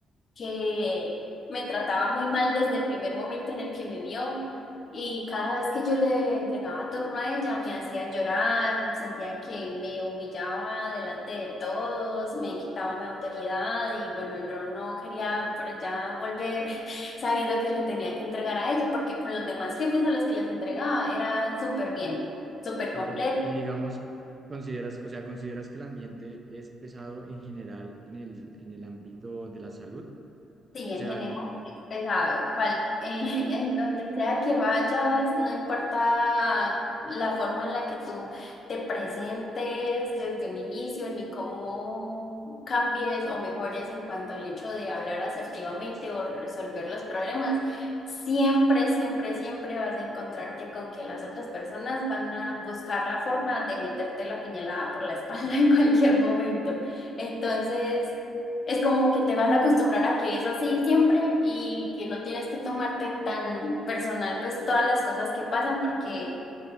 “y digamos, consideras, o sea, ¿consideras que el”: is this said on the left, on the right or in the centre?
Right